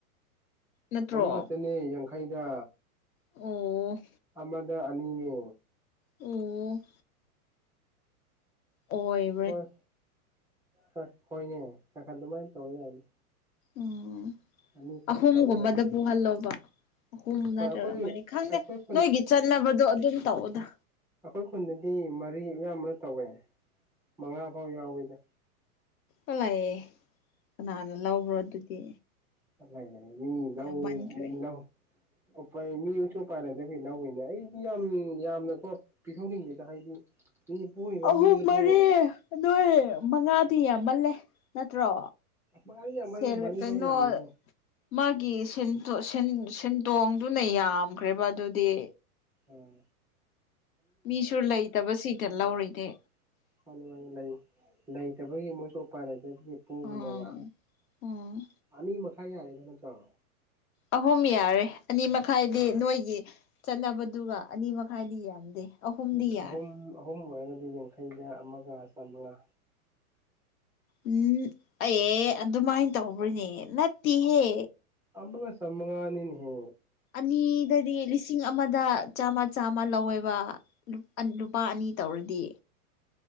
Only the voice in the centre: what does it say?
ꯑꯃ ꯈꯛꯇꯅꯦ ꯌꯥꯡꯈꯩꯗ
ꯑꯃꯗ ꯑꯅꯤꯅꯦ
ꯍꯣꯏ ꯍꯥ ꯍꯣꯏꯅꯦ ꯈꯔ ꯈꯔ ꯑꯗꯨꯃꯥꯏꯟ ꯇꯧ ꯌꯥꯏꯅꯦ
ꯑꯅꯤꯈꯛ
ꯇꯧ ꯌꯥꯏ
ꯍꯣꯏ ꯑꯩꯈꯣꯏ
ꯑꯩꯈꯣꯏ ꯈꯨꯟ
ꯑꯈꯣꯏ ꯈꯨꯟꯗꯗꯤ ꯃꯔꯤ ꯑꯌꯥꯝꯕꯅ ꯇꯧꯋꯦ ꯃꯉꯥ ꯐꯥꯎ ꯌꯥꯎꯋꯤꯗ
ꯆꯠꯂꯍꯦ ꯃꯤ ꯂꯧ
ꯃꯤ ꯂꯧ ꯑꯣ ꯐꯥꯏ ꯃꯤꯁꯨ ꯐꯥꯄꯥꯢ ꯂꯩꯇꯕꯒꯤ ꯂꯧꯋꯤꯅꯦ ꯑꯩꯗꯤ ꯌꯥꯝ ꯌꯥꯝꯅꯀꯣ ꯄꯤꯊꯣꯛꯅꯤꯡꯗꯦꯗ ꯍꯥꯏꯗꯤ ꯃꯤ ꯄꯨꯔꯤꯕ
ꯃꯤꯗꯨꯁꯨ
ꯃꯉꯥꯗꯤ ꯌꯥꯝꯃꯜꯂꯧ
ꯃꯔꯤꯐꯤꯎ
ꯌꯥꯝꯃꯦꯍꯦ
ꯑꯣ
ꯌꯥꯔꯦ
ꯃꯥꯅꯤ ꯃꯥꯥꯅꯤ ꯂꯩ ꯂꯩꯇꯕꯒꯤ ꯃꯣꯏꯁꯨ ꯎꯄꯥꯏ ꯂꯩꯇꯕꯒꯤ ꯄꯨꯕꯅꯦꯕ
ꯑꯅꯤ ꯃꯈꯥꯏ ꯌꯥꯔꯦꯗ ꯅꯠꯇ꯭ꯔꯣ
ꯎꯝ
ꯑꯍꯨꯝ ꯑꯍꯨꯝ ꯑꯣꯏꯔꯒꯗꯤ ꯌꯥꯡꯈꯩꯗ ꯑꯃꯒ ꯆꯥꯝꯃꯉꯥ
ꯑꯃꯒ ꯆꯝꯃꯉꯥꯅꯤꯅꯦ ꯍꯦ